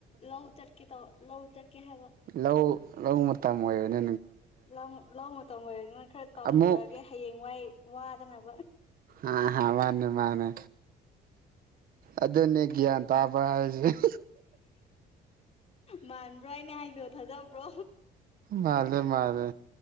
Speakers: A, on the left (about 40°); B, on the right (about 60°).
A: ꯂꯧ ꯆꯠꯀꯦ ꯇꯧ ꯂꯧ ꯆꯠꯀꯦ ꯍꯥꯏꯕ
B: ꯂꯧ ꯂꯧ ꯃꯇꯝ ꯑꯣꯏꯕꯅꯤ
A: ꯂ ꯂꯥꯎꯃ ꯇꯝꯕ ꯈꯔ ꯇꯝꯃꯨꯔꯒꯦ
B: ꯑꯃꯨꯛ
A: ꯍꯌꯦꯡꯋꯥꯏ ꯋꯥꯗꯅꯕ
B: ꯑ ꯍꯥ ꯃꯥꯅꯦ ꯃꯥꯅꯦ ꯑꯗꯨꯗ ꯅ ꯀꯌꯥ ꯇꯥꯕ ꯎꯝ
A: ꯃꯥ ꯕ꯭ꯔꯣ ꯑꯩꯅ ꯍꯥꯏꯗꯣ ꯊꯥꯖꯕ꯭ꯔꯣ
B: ꯃꯥꯅꯦ ꯃꯥꯅꯦ